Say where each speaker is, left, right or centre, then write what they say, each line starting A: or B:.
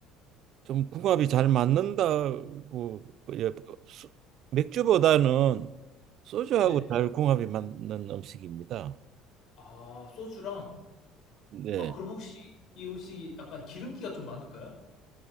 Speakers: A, on the right; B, on the left.
A: 좀 궁합이 잘 맞는다고 예, 수- 맥주보다는 소주하고
B: 네.
A: 잘 궁합이 맞는 음식입니다.
B: 아, 소주랑
A: 네.
B: 아 그럼 혹시 이 음식이 약간 기름기가 좀 많을까요?